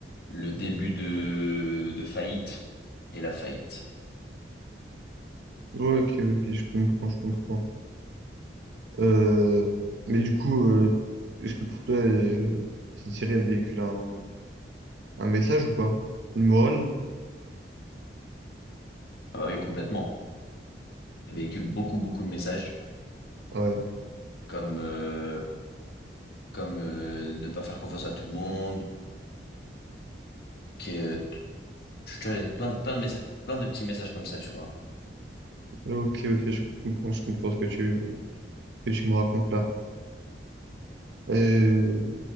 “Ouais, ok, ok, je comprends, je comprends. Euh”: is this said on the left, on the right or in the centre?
Right